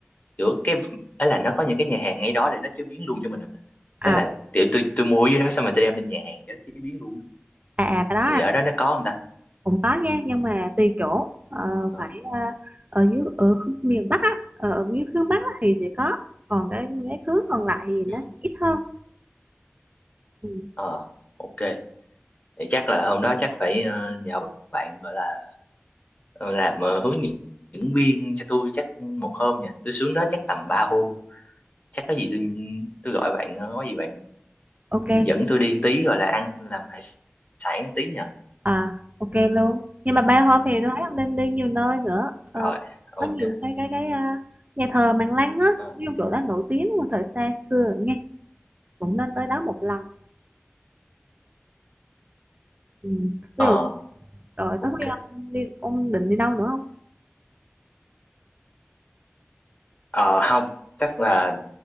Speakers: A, on the left; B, on the right.
A: kiểu cái ấy là nó có những cái nhà hàng ngay đó để nó chế biến luôn cho mình không ta
B: à
A: tức là kiểu tôi tôi mua ở dưới đó xong rồi tôi đem lên nhà hàng cho nó chế biến luôn
B: à, à cái đó à,
A: thì ở đó nó có không ta
B: cũng có nha nhưng mà tùy chỗ Ờ,
A: ờ
B: phải ờ, ở dưới ở khu- miền Bắc á ở ở dưới hướng Bắc á, thì sẽ có còn cái cái cứ còn lại thì
A: ừ.
B: nó ít hơn ừ.
A: ờ ok Thì chắc là hôm đó chắc phải ờ, nhờ bạn gọi là ờ, làm ờ, hướng dẫn viên cho tôi chắc một hôm nha tôi xuống đó chắc tầm ba hôm chắc có gì tôi tôi gọi bạn ờ, có gì bạn
B: ok
A: dẫn tôi đi một tí rồi là ăn làm hải sản một tí nha
B: à ok luôn nhưng mà bay hôm thì
A: ừ.
B: tôi thấy ông nên đi nhiều nơi nữa Ờ,
A: rồi ok
B: có nhiều cái cái cái à, nhà thờ Mạn Lăng á
A: ờ
B: ví dụ chỗ đó nổi tiếng một thời xa xưa nghe cũng nên tới đó một lần ừ. ví
A: ờ,
B: dụ rồi
A: ok
B: tới khi ông đi ông định đi đâu nữa không
A: ờ không chắc là